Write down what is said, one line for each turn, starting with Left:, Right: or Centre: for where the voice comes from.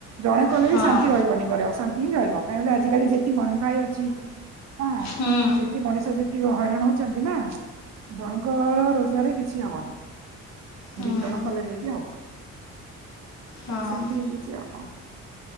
Right: ଜଣେ କଲେ
Left: ହଁ
Right: ବି ଶାନ୍ତି ରହିବନି ଘରେ ଅଶାନ୍ତି ହିଁ ରହିବ। କାଇହିଁ ଆଜିିକାଲି ଯେତିି ମହଙ୍ଗାଇ ଅଛି। ହଁ
Left: ହୁଁ
Right: ଯେତିି ମଣିଷ ଯେତିକି ହଇରାଣ ହଉଛନ୍ତି ନା ଜଣଙ୍କ ରୋଜଗାରରେ କିଛି ହବନି।
Left: ହୁଁ
Right: ଦି ଜଣ କଲେ ଯକି ହବ।
Left: ହଁ
Right: ସମିତି ହେଛି ଆଉ।